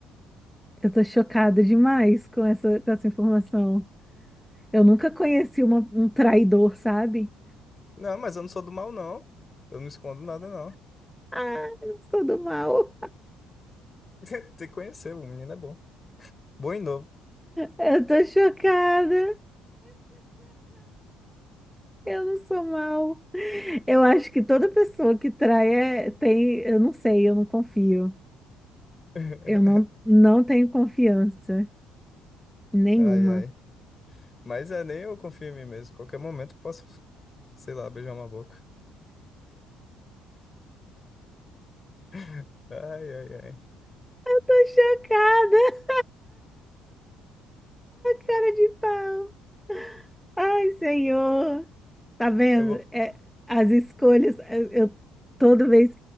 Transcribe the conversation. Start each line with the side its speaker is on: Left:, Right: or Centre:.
Centre: Eu tô chocada demais com essa, com essa informação. Eu nunca conheci uma- um traidor, sabe?
Left: Não, mas eu não sou do mal, não. Eu não escondo nada, não.
Centre: Ah, eu não sou do mal.
Left: <laughs> Tem que conhecer, o menino é bom. Bom e novo.
Centre: Eu tô chocada. Eu não sou mal. Eu acho que toda pessoa que trai é, tem, eu não sei, eu não confio.
Left: <laughs>
Centre: Eu não, não tenho confiança nenhuma.
Left: Ai, ai. Mas é, nem eu confio em mim mesmo. Qualquer momento eu posso, sei lá, beijar uma boca. <laughs> Ai, ai, ai.
Centre: Tô chocada, cara de pau. Ai, Senhor. Tá vendo?
Left: Eu vou...
Centre: É, as escolhas, eu, eu- toda vez,